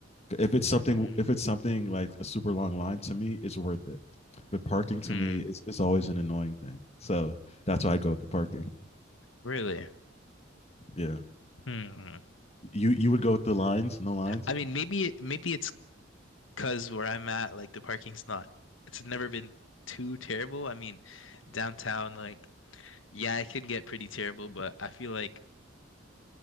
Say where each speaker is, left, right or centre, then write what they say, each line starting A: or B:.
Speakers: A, on the left (about 30°); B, on the left (about 70°).
A: If it's something,
B: hmm
A: if it's something like a super long line to me, it's worth it. But parking to
B: Hmm.
A: me is, is always an annoying thing. So that's why I go with the parking.
B: Really?
A: Yeah.
B: Hmm.
A: You you would go with the lines, no lines.
B: I mean, maybe it- maybe it's Because where I'm at, like the parking's not, it's never been too terrible. I mean, downtown, like, yeah, it can get pretty terrible, but I feel like